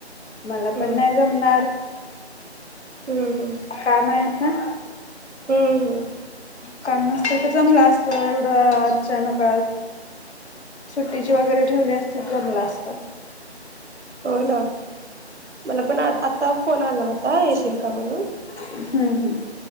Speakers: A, on the left (about 75°); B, on the right (about 90°).
A: मला
B: हम्म
A: पण नाही जमणार.
B: हम्म हम्.
A: काम आहेत ना.
B: हम्म हम्
A: काम नसतं तर जमलं असत एवढं अचानक सुट्टीची वगैरे ठेवली असते जमलं असत
B: हो ना मला पण आ आता फोन आला होता येशील का म्हणून
A: हम्म हम्